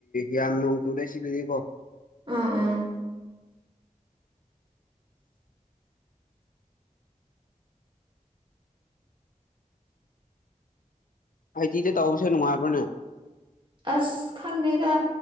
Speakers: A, on the left (about 85°); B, on the right (about 35°).
A: ꯍ ꯅꯣꯡ ꯇꯗꯦ ꯁꯤꯗꯗꯕꯣ
B: ꯎꯝ ꯎꯝ
A: ꯑꯇꯤꯗ ꯇꯧꯕꯁꯦ ꯅꯨꯡꯉꯥꯏꯕ꯭ꯔꯅꯦ
B: ꯑꯁ ꯈꯪꯗꯦꯗ